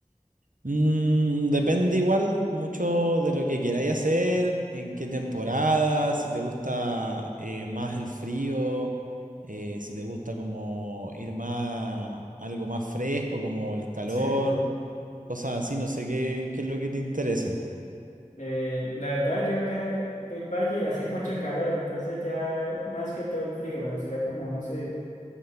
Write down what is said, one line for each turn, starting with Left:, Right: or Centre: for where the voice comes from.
Right: Mm, depende igual mucho de lo que queráis hacer, en qué temporada, si te gusta eh, más el frío, eh, si te gusta como ir más, algo más fresco, como el calor,
Left: Sí.
Right: cosas así, no sé qué, qué es lo que te interese.
Left: Eh, la verdad, yo acá del valle hace <laughs> mucho calor, entonces ya más que todo el frío, me gustaría como, no sé.